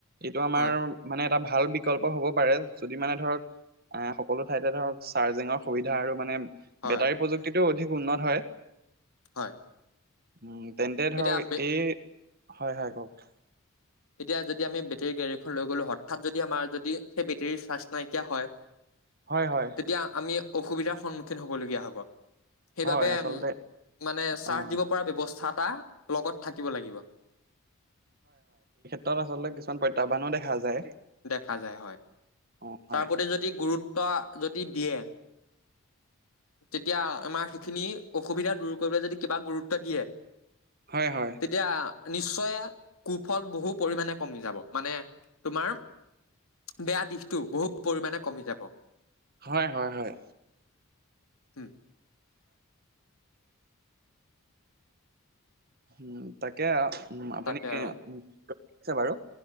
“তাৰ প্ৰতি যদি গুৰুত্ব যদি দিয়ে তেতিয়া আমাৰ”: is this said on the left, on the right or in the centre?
Left